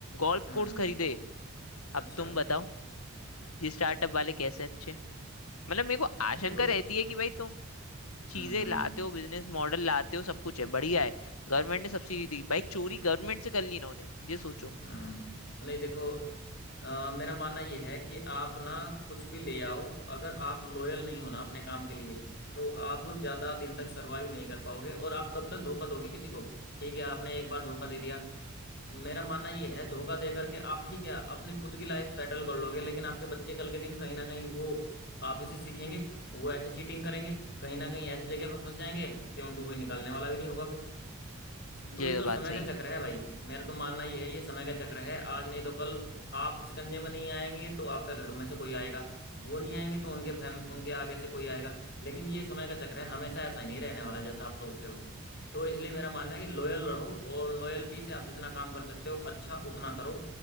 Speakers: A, on the left; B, on the left.
A: गोल्फ
B: हम्म
A: कोर्स खरीदे
B: अच्छा
A: अब तुम बताओ ये स्टार्टअप वाले कैसे मतलब मेरे को आशंका
B: देखो
A: रहती है कि भाई तुम चीजें
B: हम्म हम्म
A: लाते
B: हम्म
A: हो बिजनेस मॉडल लाते हो सब कुछ है बढ़िया है गवर्नमेंट ने सब्सिडी दी भाई चोरी गवर्नमेंट से कर ली इन्होंने ये सोचो
B: हम्म, नहीं देखो अ, मेरा मानना यह है कि आप ना कुछ भी ले आओ अगर आप लॉयल नहीं हो ना अपने काम के लिए तो आप ज्यादा दिन तक सरवाइव नहीं कर पाओगे और आप कब तक धोखा दोगे किसी को ठीक है आपने एक बार धोखा दे दिया मेरा मानना ये है धोखा दे करके आप ठीक है अपनी खुद की लाइफ सेटल कर लोगे लेकिन आपके बच्चे कल के दिन कहीं ना कहीं वो आप ही से सीखेंगे वो ऐसे चीटिंग करेंगे कहीं ना कहीं ऐसी जगह पर फंस जाएंगे कि उनको कोई निकालने वाला भी नहीं होगा फिर तो
A: ये
B: ये तो
A: तो बात
B: समय
A: सही
B: का चक्र
A: है
B: है भाई मेरा तो मानना ये है ये समय का चक्र है आज नहीं तो कल आप शिकंजे में नहीं आएंगे तो आपके घर में से कोई आएगा वो नहीं आएंगे तो उनके फैम उनके आगे से कोई आएगा लेकिन ये समय का चक्र है हमेशा ऐसा ही नहीं रहने वाला जैसा आप सोचते हो तो इसलिए मेरा मानना है कि लॉयल रहो और लॉयल्टी से आप जितना काम कर सकते हो अच्छा उतना करो